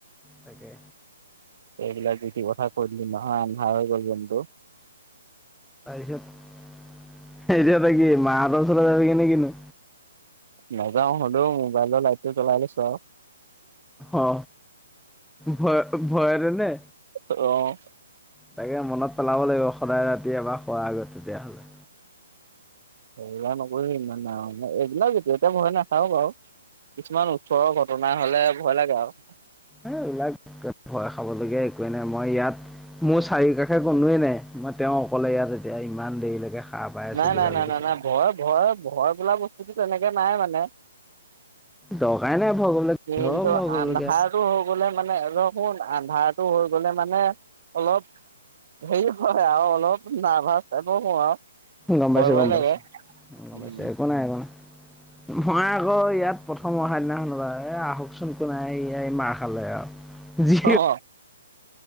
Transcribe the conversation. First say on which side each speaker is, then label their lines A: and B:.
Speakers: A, in the centre; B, on the right (about 40°).
A: তোকে
B: এইবিলাক ৰীতি কথা কৈ দিলি নহান্হা হৈ গল জন্তু
A: <unintelligible> এতিয়া ত কি মাহঁতৰ ওচৰ যাব কি নে কিনো
B: নাযাও হলেও মোবাইলৰ লাইটটো জলাই লৈছো আৰু
A: অ ভয় ভয়ৰে নে
B: আৰু অ
A: তাকে মনত পেলাব লাগিব সদায় ৰাতি এবাৰ খোৱাৰ আগত তেতিয়াহ'লে
B: সয়া নকৰিহি ইমানা এইবিলাকও যেতিয়া এতিয়া ভয় নাখাও বাৰু কিছুমান ওচৰৰ ঘটনা হ'লে ভয় লাগে আৰু
A: এইবিলাক ভয় খাবলগীয়া একোৱেই নাই মই ইয়াত মোৰ চাৰি কাষে কনোৱে নাই মই তেওঁ অকলে ইয়াত এতিয়া ইমান দেৰিলৈকে সাৰ পাই আছো
B: নাই
A: কিবা
B: নাই নাই
A: কৰিছে
B: নাই নাই ভয় ভয় ভয় বোলা বস্তুতটো তেনেকে নাই মানে
A: দকাই নাই ভয় কৰিবলৈ
B: কিন্তু
A: কিহৰ ভয় কৰিবলগীয়া
B: আন্ধাৰো হৈ গলে মানে ৰখুোন আন্ধাৰটো হৈ গলে মানে অলপ হেৰি হয় আৰু অলপ নাৰ্ভাছ টাইপৰ হওঁ আৰু।
A: গম
B: ভয়
A: পাইছো
B: ভয়
A: গম
B: লাগে
A: পাইছো গম
B: উম
A: পাইছো একো নাই একো নাই।
B: <inaudible>
A: মই আকৌ ইয়াত প্ৰথম অহা দিনাখনৰ পা এ আহকচোন কোনোই মাৰ খালে আৰু। যি
B: অ।